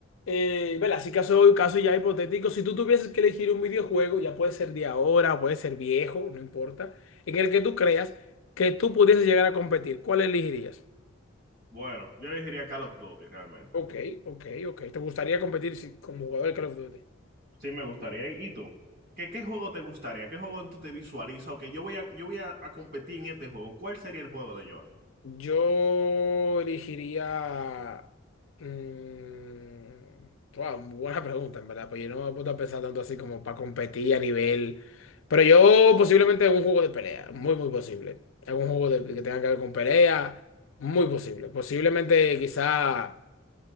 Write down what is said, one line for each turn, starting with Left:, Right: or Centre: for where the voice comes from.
Left: eh, vela, así caso, caso ya hipotético, si tú tuvieses que elegir un videojuego, ya puede ser de ahora, puede ser viejo, no importa, en el que tú creas que tú pudieses llegar a competir, ¿cuál elegirías?
Right: bueno, yo elegiría Call of Duty realmente.
Left: Ok, ok, ok. ¿Te gustaría competir si- como jugador de Call of Duty?
Right: Sí, me gustaría. ¿Y tú? ¿Qué, qué juego te gustaría? ¿Qué juego tú te visualizas? Ok, yo voy a, yo voy a, a competir en este juego. ¿Cuál sería el juego de Joan?
Left: Yo elegiría... mm, wow, buena pregunta, en verdad, pero yo no me he puesto a pensar tanto así como para competir a nivel... Pero yo posiblemente un juego de pelea, muy, muy posible. Algún juego de- que tenga que ver con pelea, muy posible. Posiblemente quizá...